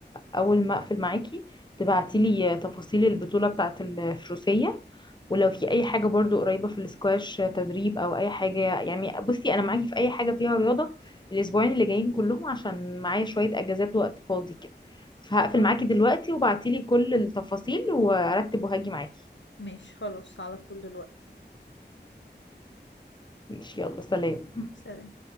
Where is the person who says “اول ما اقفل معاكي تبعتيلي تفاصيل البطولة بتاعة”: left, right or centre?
Left